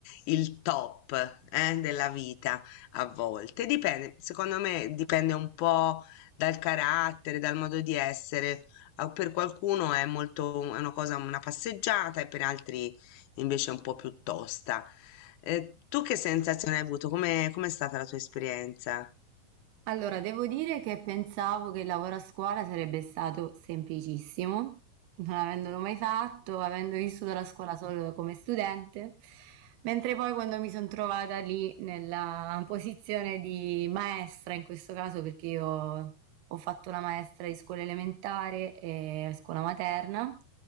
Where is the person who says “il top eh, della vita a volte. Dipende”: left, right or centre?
Left